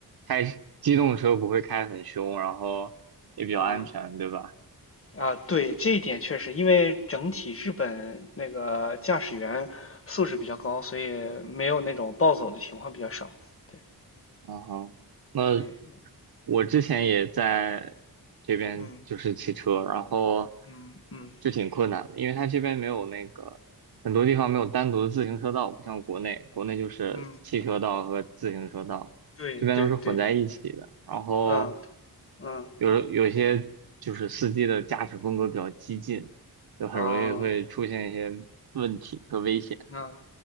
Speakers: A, on the right; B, on the left.
A: 开机动车不会开得很凶，然后也比较安全，
B: 嗯
A: 对吧？
B: 啊，对，这一点确实，因为整体日本那个驾驶员素质比较高，所以没有那种暴走的情况比较少。对
A: 啊哈，那
B: 对，
A: 我之前也在这边就是骑车，
B: 嗯
A: 然后
B: 嗯嗯
A: 就挺困难的，因为它这边没有那个很多地方没有单独的自行车道，不像国内，国内就是汽车道和自行车道，
B: 嗯，对对对，
A: 这边都是混在一起的。然后
B: 嗯嗯
A: 有有些就是司机的驾驶风格比较激进，就很容易会出现一些问题和危险
B: 啊。那